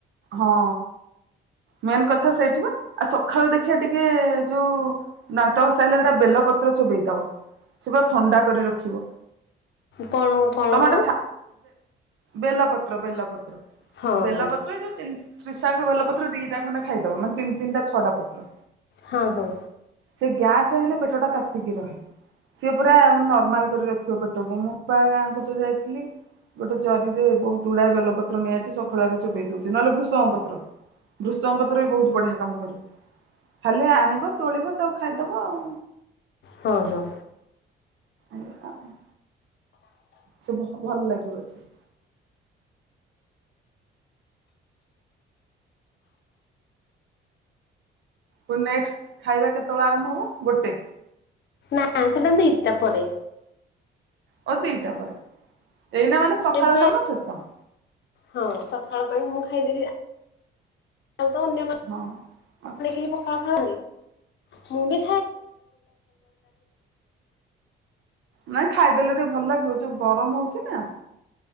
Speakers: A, on the right (about 70°); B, on the left (about 65°).
A: ହଁ। ମେନ୍ କଥା ସେଇଠି ବା। ଆ ସକାଳୁ ଦେଖିବା ଟିକେ ଯୋଉ ଦାନ୍ତ ଘସା ହେଲେ ଦିଇଟା ବେଲ ପତ୍ର ଚୋବେଇ ଦବ। ସେ ପୁରା ଥଣ୍ଡା କରି ରଖିବ।
B: କଣ କଣ
A: ତମରଟା
B: କଣ?
A: ଥା, ବେଲ ପତ୍ର ବେଲ ପତ୍ର।
B: ହଁ
A: ବେଲପତ୍ର
B: ହଁ
A: ଏଇ ଯୋଉ ତିନ ତ୍ରିଶାଖା ବେଲପତ୍ର ରୁ ଦିଇଟା ଖଣ୍ଡେ ଖାଇଦବ ମାନେ ତିନ ତିନିଟା ଛଅଟା ପତ୍ର।
B: ହଁ ହଁ।
A: ସେ ଗ୍ୟାସ୍ ହେଲେ ପେଟଟା ତାତିକି ରହେ। ସିଏ ପୁରା ନର୍ମାଲ କରି ରଖିବ ପେଟକୁ। ମୁଁ ପ୍ରାୟ ଗାଁକୁ ଯୋଉ ଯାଇଥିଲି ଗୋଟେ ଜରିରେ ବହୁତ ଗୁଡାଏ ବେଲପତ୍ର ନେଇଆଇଛି। ସକାଳୁ ଆଗ ଚୋବେଇ ଦଉଛି ନହେଲେ ଭୃସଙ୍ଗ ପତ୍ର। ଭୃସଙ୍ଗ ପତ୍ର ବି ବହୁତ ବଢିଆ କାମ କରିବ। ଖାଲି ଆଣିବ ତୋଳିବ ତାକୁ ଖାଇଦବ ଆଉ।
B: ହଁ ହଁ।
A: ଏଇଆ ଆଉ। ସବୁ ଭଲ ଲାଗିବ ସେ। ତୋ ନେକ୍ସଟ୍ ଖାଇବା କେତେବେଳେ ଆରମ୍ଭ ହବ ଗୋଟେ।
B: ହଁ ସେଟା ଦି ଟା ପରେ।
A: ଓ ଦିଟା ପରେ। ଏଇନା ମାନେ ସକାଳ
B: ଏବେ
A: କାମ ଶେଷ।
B: ହଁ ସକାଳ ପାଇଁ ମୁଁ ଖାଇଦେବି। ଧନ୍ୟବା
A: ହଁ ଆସ୍।
B: ମୁଁ ପଖାଳ ଖାଉନି।
A: ନାଇଁ ଖାଇଦେଲେ ଟିକେ ଭଲ ଲାଗିବ। ଯୋଉ ଗରମ ହଉଚି ନା